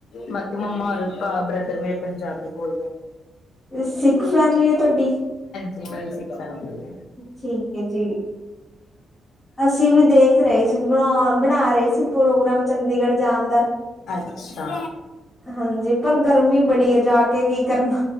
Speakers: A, on the left; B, on the left.
A: ਬਾਕੀ ਮੰਮਾ ਔਰ ਆਹ ਬ੍ਰਦਰ ਮੇਰੇ। ਪੰਜਾਬੀ ਬੋਲਦੇ।
B: ਅ ਸਿੱਖ ਫੈਮਿਲੀ ਹੈ ਤੁਹਾਡੀ।
A: ਜੀ ਮੇਰੀ ਸਿੱਖ ਫੈਮਿਲੀ ਐ।
B: ਠੀਕ ਹੈ ਜੀ। ਅਸੀਂ ਵੀ ਦੇਖ ਰਹੇ ਸੀ ਬਣਾ ਬਣਾ ਰਹੇ ਪ੍ਰੋਗਰਾਮ ਚੰਡੀਗੜ੍ਹ ਜਾਣ ਦਾ
A: ਅਛਾ
B: ਹਾਂਜੀ ਪਰ ਗਰਮੀ ਬੜੀ ਹੈ ਜਾ ਕੇ ਕੀ ਕਰਨਾ